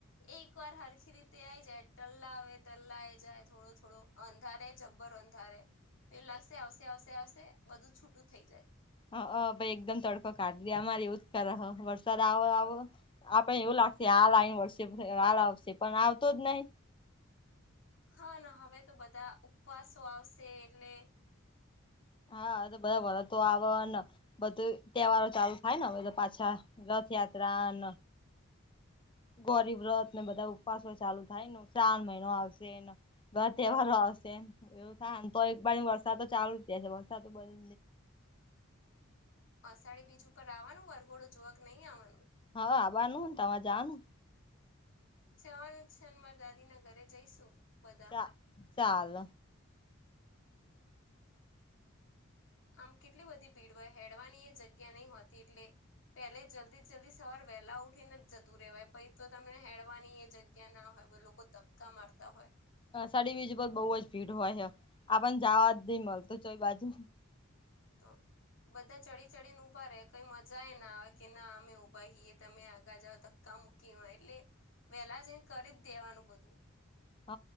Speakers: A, on the left; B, on the left.
A: એકવાર હરખી રીતે આઈ જાય ટલ્લા આવે ટલા એ જાય થોડો થોડો અંધારે જબ્બર અંધારે તો લાગશે આવશે આવશે આવશે બધું છૂટું થઈ જાય.
B: હ પહીઁ એકદમ તડકો કાઢદે અમારે એવું જ કર વરસાદ આવ આવ. આપણ એવું લાગશે હ લને વડશે હાલ આવશે પણ આવતો જ નહી.
A: હા ના હવે તો બધા ઉપવાસો આવશે એટલે.
B: હા તો બધા વરતો આવેને બધું તહેવારો ચાલુ થાય ને હવે તો પાછા રથયાત્રાન ગૌરીવ્રતને બધા ઉપવાસો ચાલુ થાય શ્રાવણ મહિનો આવશે. બધા તહેવારો આવશે એવું થાય ને તો એકવાર વરસાદ તો ચાલુ દે તો વરસાદ તો ચાલુ
A: અષાઢી બીજ ઉપર આવવાનું વરઘોડો જોવા કે નહી આવવાનું?
B: હા આવવાનું ને તમાર જવાનું.
A: જવાનું જ છે ને મારા દાદી ના ઘરે જઈશું બધા.
B: ચા ચાલ.
A: આમ કેટલી બધી ભીડ હોય હેડવાની એ જગ્યા નહ હોતી એટલે. પેલે જલ્દી જલ્દી સવાર વેહલા ઉઠીને જ જતું રહેવાય પછ તો તમને હેડવાની એ જગ્યા ના હોય બોલો કોઈ ધક્કા મારતા હોય.
B: અષાઢી બીજ પર બોવ જ ભીડ હોય છે આપણ જવા જ નહી મળતું ચોય બાજુ.
A: તો. બધા ચડી ચડી ને ઊભા રહેે કઈ મજા એ ના આવે કે ના અમે ઉભાએ તમે આગળ જાવ ધક્કા મ કવાય એટલે વેલા જ એ કરી જ દેવાનું બધું
B: હ